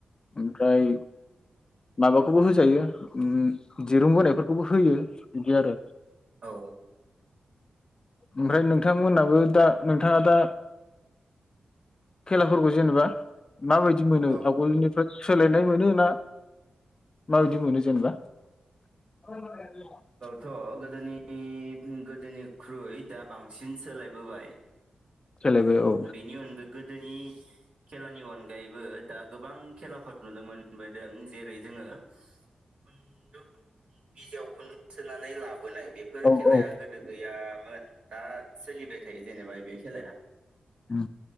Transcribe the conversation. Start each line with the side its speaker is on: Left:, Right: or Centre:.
Left: ओमफ्राय माबाखौबो होजायो ओम दिरुं बो नायफोरखौबो है इदि आरो
Right: औ
Left: ओमफ्राय नोंथांमोनाबो दा नोंथाङा दा खेलाफोरखौ जेनेबा माबायदि मोनो
Right: औ
Left: आवगोलनिफ्राय सोलायनाय मोनो ना माबायदि मोनो जेनेबा? <unintelligible>
Right: थ' गोदोनि गोदोनि खुरैइ दा बांसिन सोलाय बोबाय।
Left: सोलायबाय औ
Right: बेनि अनगाय गोदोनि खेलानि अनगायैबो दा गोबां खेलाफोर नुनो मोनबोदों जेरै जोङो खुन्दुं बिजियाव खुन्दुं सोनानै लाबोनाय। बेफोर
Left: औ
Right: खेलाया
Left: औ
Right: गोदो गैया मोन। दा सोलिबाय थायो जेनेबा बे खेलाया।
Left: उम